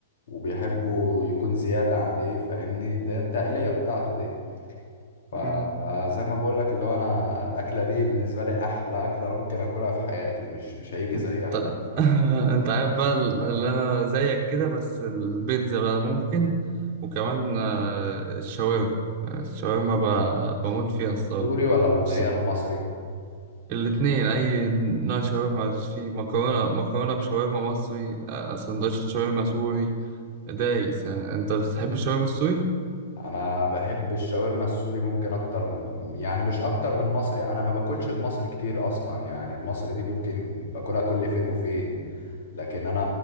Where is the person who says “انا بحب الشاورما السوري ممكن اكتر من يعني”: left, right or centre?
Left